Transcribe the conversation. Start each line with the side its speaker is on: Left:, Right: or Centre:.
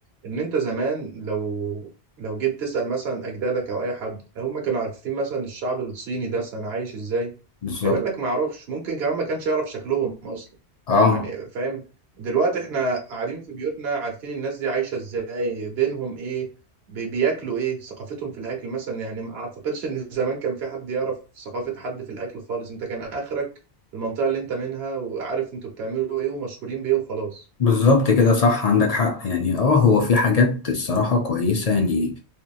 Right: ان انت زمان لو لو جيت تسال مثلا اجدادك او اي حد هم كانوا عارفين مثلا الشعب الصيني ده مثلا عايش ازاي
Left: بالظبط
Right: هيقول لك ما يعرفش ممكن كمان ما كانش يعرف شكلهم اصلا
Left: اه
Right: يعني فاهم دلوقتي احنا قاعدين في بيوتنا عارفين الناس دي عايشة ازاي دينهم ايه بي- بياكلوا ايه ثقافتهم في الاكل مثلا يعني ما اعتقدش ان زمان كان في حد يعرف ثقافة حد في الاكل خالص انت كان اخرك المنطقة اللي انت منها وعارف انتوا بتعملوا ايه ومشهورين بايه وخلاص
Left: بالظبط كده صح عندك حق يعني اه هو في حاجات الصراحة كويسة يعني